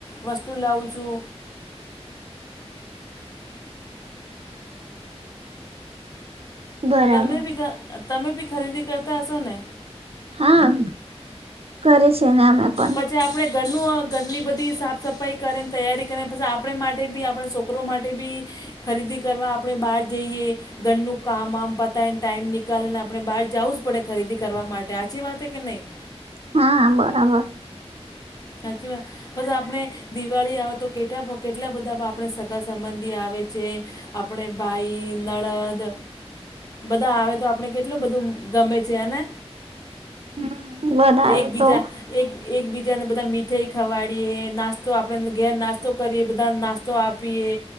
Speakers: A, on the left (about 35°); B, on the right (about 65°).
A: વસ્તુ લાવુ છું.
B: બરાબર
A: તમને બી તમે બી ખરીદી કરતા હશો ને?
B: હા કરી છી ને અમે પણ.
A: પછી આપણે ઘરનું ઘરની બધી સાફ સફાઈ કરે ને તૈયારી કરે પછી આપણે માટે બી આપણે સો કો માટે બી ખરીદી કરવા આપણે બહાર જઈએ. ઘરનું કામ આમ પતાયને ટાઈમ નિકાળી ને આપણે બહાર જવું જ પડે ખરીદી કરવા માટે હાચી વાત હે કે નહીં?
B: હા બરાબર.
A: સાચી વાત. પછી આપણે દિવાળી આવે તો <inaudible> કેટલા બધા આપણે સગા સંબંધી આવે છે. આપણે ભાઈ નણંદ બધા આવે તો આપણે કેટલું બધું ગમે છે હેને?
B: હમ બધા આવે
A: એકબીજા
B: તો
A: એક એકબીજાને બધા મીઠાઈ ખવાડીએ નાસ્તો આપણે ઘેર નાસ્તો કરીએ બધા નાસ્તો આપીએ.